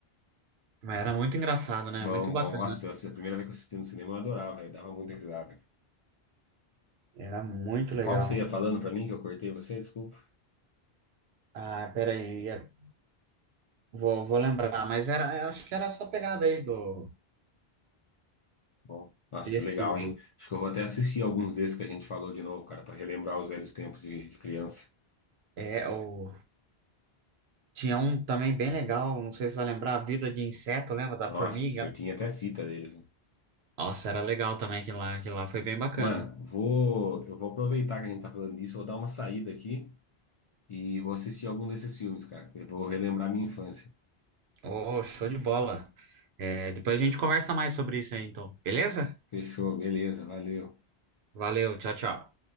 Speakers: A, on the right; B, on the left.
A: mas Era muito engraçado, né?
B: Bom,
A: Muito bacana.
B: bom. Nossa, essa é a primeira vez que eu assisti no cinema, eu adorava, velho. Dava muita risada.
A: Era muito legal.
B: Qual que você ia falando pra mim que eu cortei você? Desculpa.
A: Ah, peraí, é, vou, vou lembrar, mas era, eu acho que era essa pegada aí do
B: Bom, Nossa,
A: desse.
B: legal, hein? Acho que eu vou até assistir alguns desses que a gente falou de novo, cara, pra relembrar os velhos tempos de, de criança.
A: É, o, tinha um também bem legal, não sei se vai lembrar, a Vida de Inseto, lembra da
B: Nossa,
A: formiga?
B: eu tinha até fita deles. né?
A: Nossa, era legal também que lá, que lá foi bem bacana.
B: Mano, vou, eu vou aproveitar que a gente tá falando disso, vou dar uma saída aqui e vou assistir algum desses filmes, cara. que Vou relembrar minha infância.
A: Oh, show de bola. É, depois a gente conversa mais sobre isso aí, então, beleza?
B: Fechou, beleza, valeu.
A: Valeu, tchau, tchau.